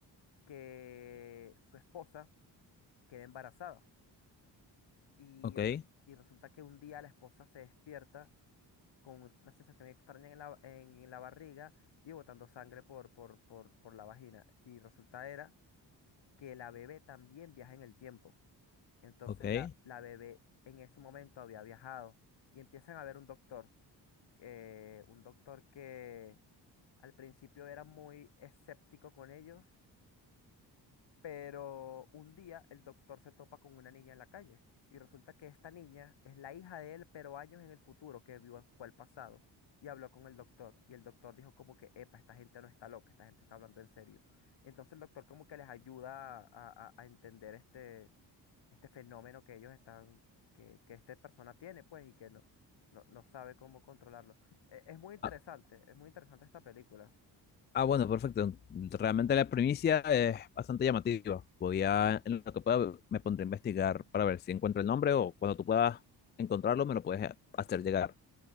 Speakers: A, on the left; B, on the left.
A: que su esposa queda embarazada. Y,
B: Ok,
A: res- y resulta que un día la esposa se despierta con una sensación extraña en la, en la barriga y botando sangre por, por, por, por la vagina. Y resulta era que la bebé también viaja en el tiempo. Entonces
B: ok.
A: la, la bebé en ese momento había viajado y empiezan a ver un doctor, eh, un doctor que al principio era muy escéptico con ellos Pero un día el doctor se topa con una niña en la calle y resulta que esta niña es la hija de él, pero años en el futuro, que vio fue el pasado. Y habló con el doctor y el doctor dijo como que, epa, esta gente no está loca, esta gente está hablando en serio. Entonces el doctor como que les ayuda a, a- a entender este, este fenómeno que ellos están, que, que esta persona tiene, pues, y que no, no, no sabe cómo controlarlo. E- Es muy interesante,
B: Ah,
A: es muy interesante esta película.
B: ah, bueno, perfecto. Realmente la primicia es bastante llamativa. Voy a, en lo que pueda, me pondré a investigar para ver si encuentro el nombre o cuando tú puedas encontrarlo, me lo puedes eh, hacer llegar.